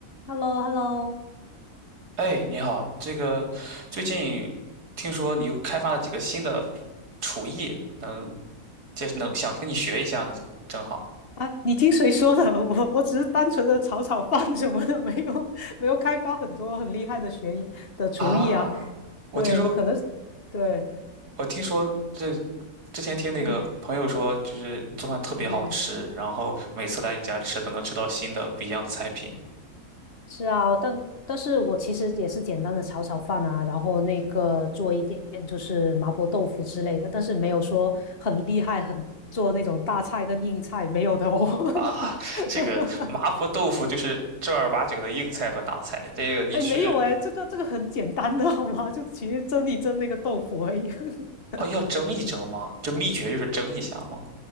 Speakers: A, on the left; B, on the right.
A: h e l l o h e l l o
B: 哎，你好，这个最近听说你又开发了几个新的厨艺，能介能想跟你学一下呢，正好
A: 啊，你听谁说的？<laughs> 我我只是单纯的炒炒饭什么的，没有没有开发很多很厉害的学艺的厨艺啊。
B: 啊。我听说，
A: 对，可能对，
B: 我听说这之前听那个朋友说，
A: 嗯
B: 就是你做饭特别好吃，
A: 嗯
B: 然后每次来你家吃都能吃到新的不一样的菜品
A: 是啊，但但是我其实也是简单的炒炒饭啊，然后那个做一点就是麻婆豆腐之类的，但是没有说很厉害，很做那种大菜跟硬菜没有的哦。<laughs>
B: 啊。这个麻婆豆腐就是正儿八经的硬菜和大菜，这个你去
A: 哎，没有哎，这个这个很简单的好吗？就其实蒸一蒸那个豆腐而已。<laughs>
B: 哦要蒸一蒸吗？这秘诀就是蒸一下吗？